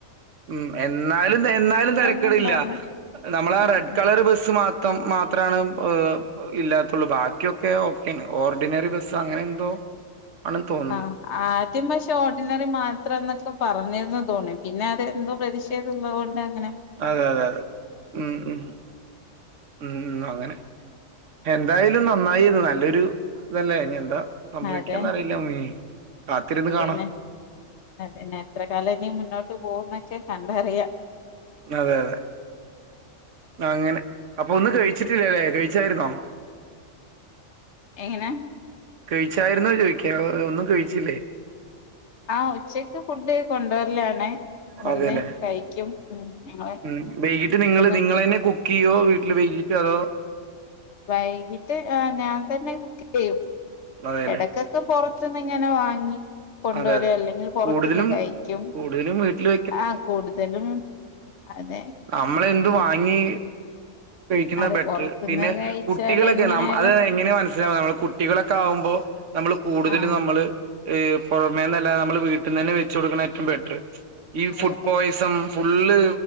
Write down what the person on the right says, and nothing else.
ഉം എന്നാലും എന്നാലും തിരക്കിടില്ല
നമ്മള ആ
റെഡ് കളർ ബസ്സ് മാത്രം ം മാത്രമാണ് ഏഹ് ഇല്ലാത്ത പത്തുള്ളൂ ബാക്കിയൊക്കെ ഓക്കെ ഓർഡിനറി ബസ് അങ്ങനെ എന്തോ ആണെന്ന് തോന്നുന്നു.
അതെ അതെ അതെ മം മം മം മം അങ്ങനെ. എന്തായാലും നന്നായി ഇത് നല്ലൊരു ഇതല്ല എന്താ സംഭവിക്കാന്നറിയില്ല.
ഉം. കാത്തിരുന്ന്
കാണാം.
അതെ അതെ. അങ്ങനെ അപ്പൊ ഒന്നും കഴിച്ചിട്ടില്ലല്ലേ, കഴിച്ചായിരുന്നോ.
കഴിച്ചായിരുന്നോ ചോദിക്ക, ഒന്നും കഴിച്ചില്ലേ.
അതെല്ലേ.
ഉം വൈകീട്ട്
നിങ്ങള് നിങ്ങളന്നെ കു ക്കിയ്യോ വീട്ടില് വെയിച്ചതോ
അതെല്ലേ
അതെ അതെ
കൂടുതലും
കൂടുതലും വീട്ടില്
നമ്മളെ എന് അത് വാങ്ങി കഴിക്കുന്ന
ബെറ്റർ
പിന്നെ
കുട്ടികളൊക്കെ
അത് എങ്ങനെ മനസ്സിലാവ നമ്മൾ കുട്ടികളൊക്കെ ആവുമ്പോൾ നമ്മള് കൂടുതൽ
നമ്മള് പുറമേന്നല്ലതെ നമ്മള് വീട്ടീന്നന്നെ വെച്ച് കൊടുക്കണ ഏറ്റവും ബെറ്ററ് ഈ
ഫുഡ് പോയ്സൺ ഫുള്ള്